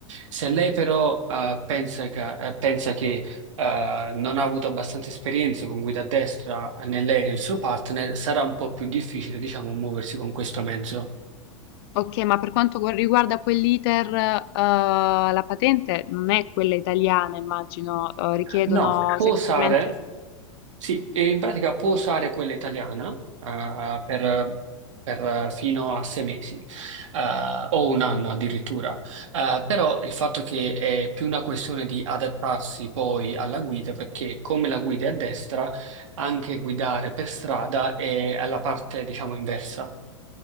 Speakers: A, on the right; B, on the left.
A: Se lei però eh, pensa che, eh, pensa che, eh, non ha avuto abbastanza esperienza con guida a destra né lei né il suo partner, sarà un po' più difficile, diciamo, muoversi con questo mezzo.
B: ok, ma per quanto gu- riguarda poi l'iter, eh, la patente non è quella italiana, immagino, eh, richiedono
A: No, può
B: semplicemente...
A: usare. Sì, e in pratica può usare quella italiana eh, per, per fino a sei mesi eh, o un anno addirittura, Eh, però il fatto che è più una questione di adattarsi poi alla guida, perché come la guida è a destra, anche guidare per strada è alla parte, diciamo, inversa.